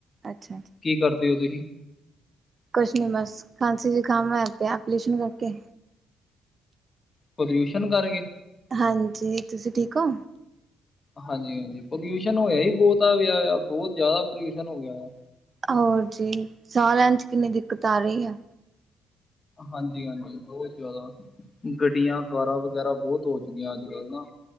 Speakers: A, on the right; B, on the left.
A: ਅੱਛਾ ਅਛਾ
B: ਕੀ ਕਰਦੇ ਔ ਤੁਸੀਂ
A: ਕੁਛ ਨੀ ਬਸ ਖਾਂਸੀ ਜੂਕਾਮ ਹੋਆ ਪਿਆ ਐਪਲੇਸ਼ਨ ਕਰਕੇ
B: ਪਲਿਊਸ਼ਨ ਕਰਕੇ
A: ਹਾਂਜੀ, ਤੁਸੀਂ ਠੀਕ ਓ?
B: ਹਾਂਜੀ, ਹਾਂਜੀ ਪਲਿਊਸ਼ਨ ਹੋਇਆ ਈ ਬਹੁਤ ਪਿਆ ਏ, ਬੋਤ ਜਾਦਾ ਪਲਿਊਸ਼ਨ ਹੋ ਗਿਆ ਆ।
A: ਅ ਹੋਰ ਜੀ, ਸਾਅ ਲੈਣ ਚ ਕਿੰਨੀ ਦਿੱਕਤ ਆ ਰੀ ਐ।
B: ਹਾਂਜੀ, ਹਾਂਜੀ ਬੋਤ ਜਾਦਾ। ਗੱਡੀਆਂ, ਕਾਰਾਂ ਵਗੈਰਾ ਬੋਤ ਹੋ ਚੁੱਕੀਆਂ ਅੱਜ ਕੱਲ੍ਹ ਨਾ।